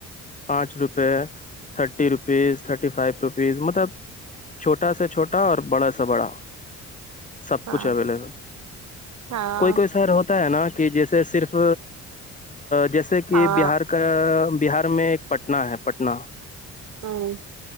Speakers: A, on the left; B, on the right.
A: پانچ روپے thirty rupees thirty five rupees مطلب چھوٹا سا چھوٹا اور بڑا سا بڑا سب
B: ہاں
A: کچھ اویلیبل
B: ہاں
A: کوئی کوئی سر ہوتا ہے نا کہ جیسے صرف جیسے کہ
B: ہاں
A: بہار کا بہار میں پٹنہ ہے پٹنہ
B: ہوں